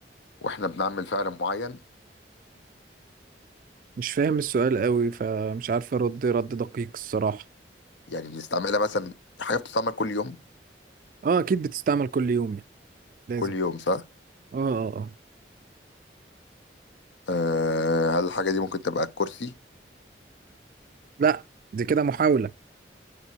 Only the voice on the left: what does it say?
واحنا بنعمل فعل معين
يعني بنستعملها مثلا حاجة بتستعمل كل يوم
كل يوم صح؟
أه هل الحاجة دي ممكن تبقى الكرسي؟